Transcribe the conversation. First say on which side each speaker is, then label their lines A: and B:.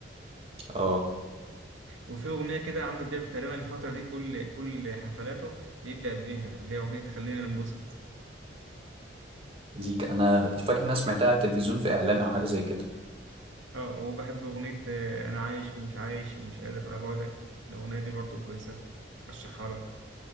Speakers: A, on the right; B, on the right.
A: اه
B: وفي أغنية كده عمرو دياب تقريبا الفترة دي كل كل حفلاته بيبدأ بيها اللي هي أغنية خلينا ننبسط
A: دي ك... انا فاكر ان انا سمعتها على التلفزيون في اعلان او حاجة زي كده
B: اه وبحب أغنية آه، أنا عايش ومش عايش ومش قادر على بعدك الأغنية دي برضو كويسة أرشحها لك